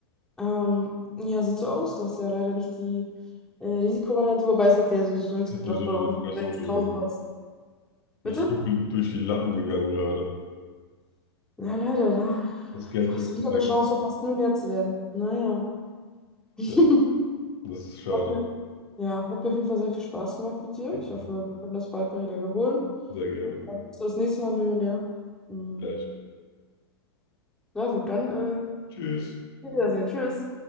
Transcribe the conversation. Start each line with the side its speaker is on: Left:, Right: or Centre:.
Centre: Ähm, ja, sieht so aus, dass ja leider nicht die äh, Risikovariante, wobei es hätte ja sowieso nichts
Left: Ich
Centre: gebracht,
Left: sowieso
Centre: weil
Left: nicht
Centre: du auch nicht
Left: mehr
Centre: bei 16.000
Left: so oder so.
Centre: warst.
Left: Mir
Centre: Bitte?
Left: ist so viel durch die Lappen gegangen gerade.
Centre: Ja, leider, da,
Left: Das Geld
Centre: da
Left: wirklich
Centre: hast du wieder eine
Left: sehr
Centre: Chance
Left: gut.
Centre: verpasst, Millionär zu werden. Naja. <laughs>
Left: Ja, das ist schade.
Centre: Hat mir, ja, hat mir auf jeden Fall sehr viel Spaß gemacht mit dir.
Left: Ja,
Centre: Ich hoffe, wir können das bald mal wieder wiederholen.
Left: Sehr gerne.
Centre: Dann bist du das nächste Mal Millionär. Mm.
Left: Vielleicht.
Centre: Na gut, dann. Äh,
Left: Tschüss.
Centre: Wiedersehen. Tschüss.